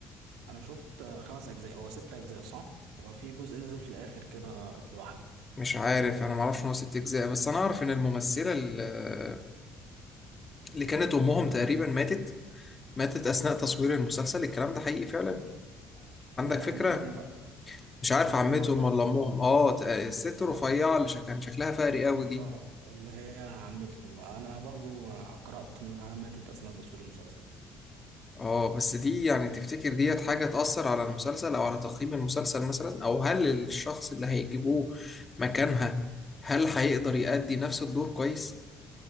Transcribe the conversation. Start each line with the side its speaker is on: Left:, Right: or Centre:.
Right: انا شفت آه، خمس اجزاء هو ست اجزاء صح هو في جزء نزل في الاخر كده لوحده
Left: مش
Right: مظبوط
Left: عارف انا ما اعرفش ان هو ست اجزاء بس انا اعرف ان الممثلة ال- اللي كانت امهم تقريبا ماتت ماتت اثناء تصوير المسلسل الكلام ده حقيقي فعلا عندك
Right: اللي هي
Left: فكرة
Right: عمتهم بقى
Left: مش عارف
Right: اللي
Left: عمتهم
Right: هي كانت عمتهم
Left: ولا امهم اه ت- الست
Right: اه
Left: الرفيعة اللي شك- كان شكلها فقري قوي دي
Right: اه اللي هي عمتهم انا برضو آه، قرأت انها ماتت اثناء تصوير المسلسل
Left: اه بس دي يعني تفتكر ديت حاجة تأثر على المسلسل أو على تقييم المسلسل مثلا أو هل الشخص اللي هيجيبوه مكانها هل هيقدر يأدي نفس الدور كويس؟